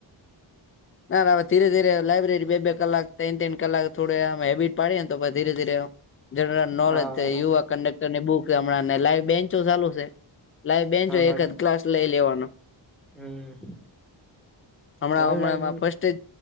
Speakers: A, on the left; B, in the centre.
A: ના હવે ધીરે ધીરે લાઈબ્રેરી બે કલાક ત ત્રણ કલાક થોડે હેબિટ પાડીએ ને તો ધીરે ધીરે જનરલ નોલેજ
B: હા
A: યુવા કન્ડક્ટરની બુક હમણાં ને લાઈવ બેન્ચો ચાલુ છે. લાઈ બેચો
B: હા
A: એક જ ક્લાસ લઈ લેવાનો
B: હમ
A: હમણાં
B: ઓનલાઈન
A: હમણાં ફસ્ટ એજ